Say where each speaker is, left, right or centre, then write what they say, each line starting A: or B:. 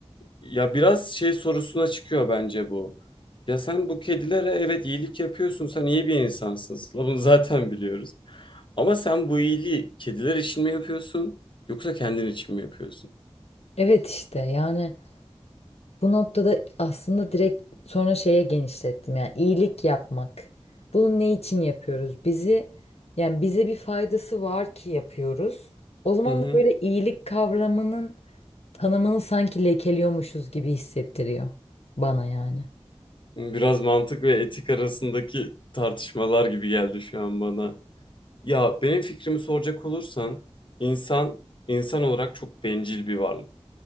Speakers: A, on the left; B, on the left.
A: ya biraz şey sorusuna çıkıyor bence bu. Ya sen bu kedilere evet iyilik yapıyorsun. Sen iyi bir insansın. Sıla, Bunu <laughs> zaten biliyoruz. Ama sen bu iyiliği kediler için mi yapıyorsun yoksa kendin için mi yapıyorsun?
B: Evet işte yani bu noktada aslında direkt sonra şeye genişlettim. Yani iyilik yapmak. Bunu ne için yapıyoruz? Bizi yani bize bir faydası var ki yapıyoruz. O zaman
A: Hı hı.
B: da böyle iyilik kavramının tanımını sanki lekeliyormuşuz gibi hissettiriyor bana yani.
A: Biraz mantık ve etik arasındaki tartışmalar gibi geldi şu an bana. Ya benim fikrimi soracak olursan insan insan olarak çok bencil bir varlık.